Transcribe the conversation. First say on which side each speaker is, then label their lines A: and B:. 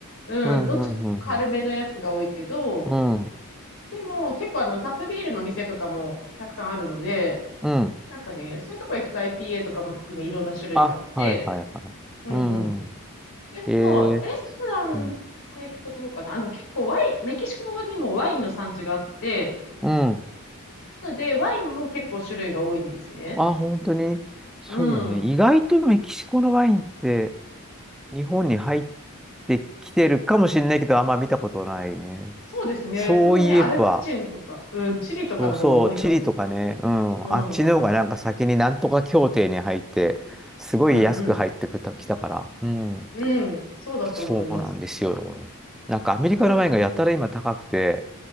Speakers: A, on the left; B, in the centre.
A: うん、
B: うん、
A: どっち軽めのやつが多いけど、
B: うん、うん、うん。うん。
A: でも結構あの、タップビールの店とかもたくさんあるので、
B: うん。
A: なんかね、そういうとこ行くと IPA とかも含めいろんな種類があって、
B: あ、はい、はい、はい。
A: うんうん。
B: うん。
A: でも、
B: えー
A: レストランとか行くとどうかな。
B: うん。
A: あの、結構ワイン、メキシコにもワインの産地があって、
B: うん。
A: なので、ワインも結構種類が多いんですね。
B: あ、本当に。そうね。
A: うん。
B: 意外とメキシコのワインって日本に入ってきてるかもしれないけど、あんま見たことないね。
A: そうですね。
B: そういえば、
A: そのね、アルゼンチンとか、うん、チリとかの方が多いかもです。
B: そうそう、チリとかね、うん。
A: うんうん。
B: あっちの方がなんか先になんとか協定に入って、すごい安く入ってきた、
A: うん
B: きたから。うん。
A: うん。うん。そうだと思います。
B: そうなんですよ。なんかアメリカのワインがやたら今高くて、
A: そうそ